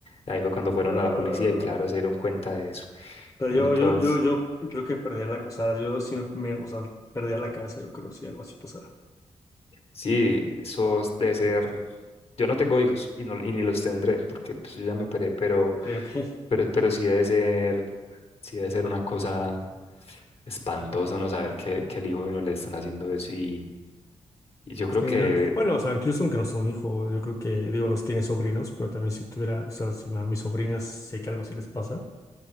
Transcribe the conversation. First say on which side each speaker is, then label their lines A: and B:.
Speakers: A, on the left; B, on the left.
A: Ahí fue cuando fueron
B: Ah.
A: a la policía y claro, se dieron cuenta de eso.
B: O sea,
A: Entonces,
B: yo, yo, yo, yo creo que perdería la, o sea, yo sí me, me- o sea, perdería la cabeza, yo creo, si algo así pasara.
A: sí, eso es- debe ser... Yo no tengo hijos y, no, y ni los tendré porque pues, yo ya me operé, pero,
B: Ok, ok.
A: pero, pero sí debe ser, sí debe ser una cosa espantoso no saber que, que el hijo de uno le están haciendo eso y, y yo creo
B: Sí,
A: que
B: no. Bueno, o sea, incluso aunque no sea un hijo, yo creo que, digo, nos tiene sobrinos, pero también si tuviera, o sea, si a mis sobrinas sé que algo sí les pasa,